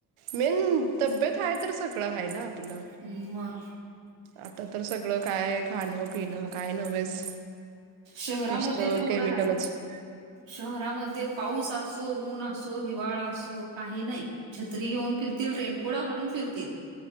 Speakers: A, on the right; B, on the right.
A: मेन तब्येत आहे तर सगळं आहे ना आपलं.
B: मग
A: आता तर सगळं काय आहे खाणं, पिणं काय नव्हेच.
B: शहरामध्ये
A: नुसतं
B: तेवढं
A: केमिकलच
B: आहे. शहरामध्ये पाऊस असो, ऊन असो, हिवाळा असो काही नाही छत्री घेऊन फिरतील, रेणकोडा घालून फिरतील.